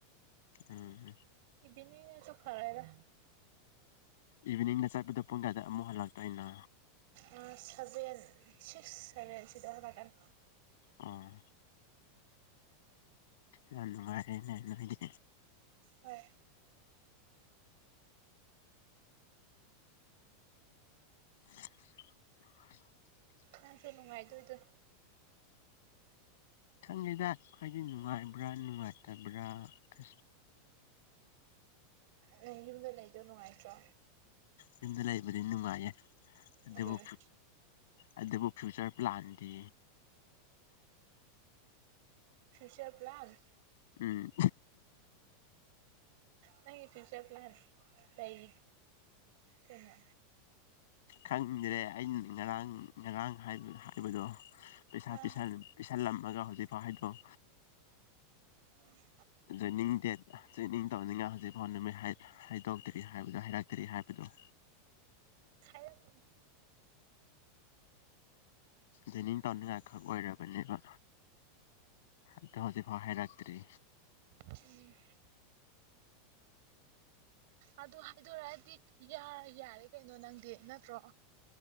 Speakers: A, on the left; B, on the right.
A: ꯎꯝ
B: ꯏꯕꯤꯅꯤꯡ ꯅꯖꯨ ꯐꯔꯦꯗ
A: ꯏꯚꯤꯅꯤꯡꯗ ꯆꯠꯄꯗꯣ ꯄꯨꯡ ꯀꯌꯥꯗ ꯑꯃꯨꯛ ꯍꯜꯂꯛꯇꯣꯏꯅꯣ
B: ꯎꯝ ꯁꯚꯦꯟ ꯁꯤꯛꯁ ꯁꯚꯦꯟ ꯁꯤꯗ ꯍꯟꯂꯛꯀꯅꯤ
A: ꯑꯣ ꯌꯥꯝꯅ ꯅꯨꯡꯉꯥꯏꯔꯦꯅ ꯅꯣꯏꯗꯤ
B: ꯍꯣꯏ
A: ꯎꯝ
B: ꯅꯪꯁꯨ ꯅꯨꯡꯉꯥꯏꯗꯣꯏꯗꯣ
A: ꯈꯪꯗꯦꯗ ꯑꯩꯈꯣꯏꯗꯤ ꯅꯨꯡꯉꯥꯏꯕ꯭ꯔꯥ ꯅꯨꯡꯉꯥꯏꯇꯕ꯭ꯔꯥ ꯑꯁ
B: ꯅꯪ ꯌꯨꯝꯗ ꯂꯩꯗꯣ ꯅꯨꯡꯉꯥꯏꯇ꯭ꯔꯣ
A: ꯌꯨꯝꯗ ꯂꯩꯕꯗꯤ ꯅꯨꯡꯉꯥꯏꯌꯦ ꯑꯗꯨꯕꯨ
B: ꯑꯗꯨꯅꯦ
A: ꯑꯗꯨꯕꯨ ꯐ꯭ꯌꯨꯆꯔ ꯄ꯭ꯂꯥꯟꯗꯤ
B: ꯐ꯭ꯌꯨꯆꯔ ꯄ꯭ꯂꯥꯟ
A: ꯎꯝ
B: ꯅꯪꯒꯤ ꯐꯤꯌꯨꯆꯔ ꯄ꯭ꯂꯥꯟ ꯂꯩ ꯀꯩꯅꯣ
A: ꯈꯪꯗ꯭ꯔꯦ ꯑꯩꯅ ꯉꯔꯥꯡ ꯉꯔꯥꯡ ꯍꯥꯏꯕꯗꯣ
B: ꯑꯥ
A: ꯄꯩꯁꯥ ꯄꯩꯁꯥ ꯊꯜꯂꯝꯃꯒ ꯍꯧꯖꯤꯛꯐꯥꯎ ꯍꯥꯏꯗꯣꯛ
B: ꯎꯝ
A: ꯖꯣꯏꯅꯤꯡ ꯗꯦꯠ ꯖꯣꯏꯅꯤꯡ ꯇꯧꯅꯤꯅ ꯍꯧꯖꯤꯛ ꯐꯥꯎ ꯅꯨꯃꯤꯠ ꯍꯥꯏꯕ ꯍꯥꯏꯗꯣꯛꯇꯔꯤ ꯍꯥꯏꯕꯗꯨ ꯍꯥꯏꯔꯛꯇꯔꯤ ꯍꯥꯏꯕꯗꯨ
B: ꯍꯥꯏꯔꯛꯀꯅꯤ ꯍꯥꯏꯔꯛꯀꯅꯤ
A: ꯖꯣꯏꯅꯤꯡ ꯇꯧꯅꯤꯡꯉꯥꯏ ꯈꯛ ꯑꯣꯏꯔꯕꯅꯦꯕ ꯑꯗꯣ ꯍꯧꯖꯤꯛ ꯐꯥꯎ ꯍꯥꯏꯔꯛꯇꯔꯤ
B: ꯎꯝ ꯑꯗꯨ ꯍꯥꯏꯗꯣꯔꯛꯑꯗꯤ ꯌꯥꯔꯦ ꯀꯩꯅꯣ ꯅꯪꯗꯤ ꯅꯠꯇ꯭ꯔꯣ